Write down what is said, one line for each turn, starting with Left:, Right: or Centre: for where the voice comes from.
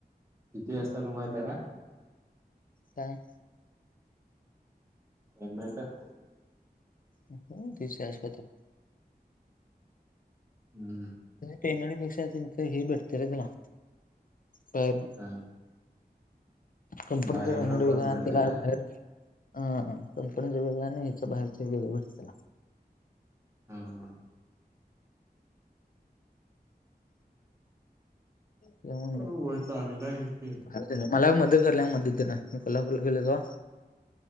Right: किती असतान वय त्याला?
Left: काय?
Right: एट <unintelligible>
Left: हो तिसच्या आसपास.
Right: हम्म.
Left: पेमेंटपेक्षा त्यांच हे भेटते रे त्याला बार
Right: हम्म.
Left: कंपनीचे
Right: बाहेरन
Left: कमेंट
Right: पण
Left: वज
Right: भेटते
Left: आणि तला
Right: का
Left: बाहेर <unintelligible> हा कंपनीचा वेगळा आणि ह्याच बाहेरच वेगळे भेटत.
Right: हम्म हम्म.
Left: त्यामुळे
Right: हो चांगला आहे की
Left: मला मदत कराया मदतीला एक लाख रूपये लगवा.